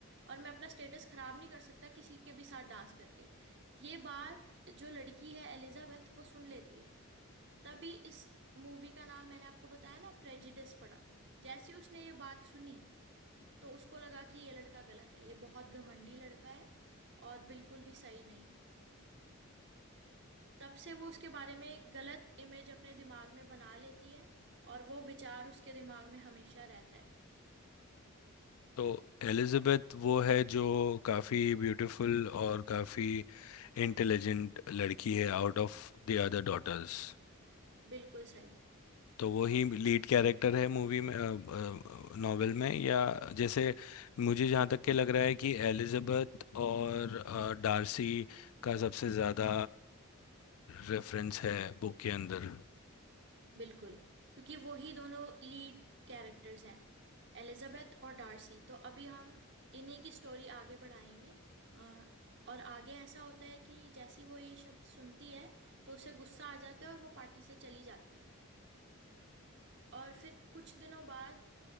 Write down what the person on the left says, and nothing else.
तो एलिजाबेथ वो है जो काफ़ी ब्यूटीफुल और काफ़ी इंटेलिजेंट लड़की है out of the other daughters
तो वो ही लीड कैरेक्टर है मूवी में नॉवेल में या जैसे मुझे जहाँ तक के लग रहा है कि एलिजाबेथ और अ, डार्सी का सबसे ज़्यादा रेफरेंस है बुक के अंदर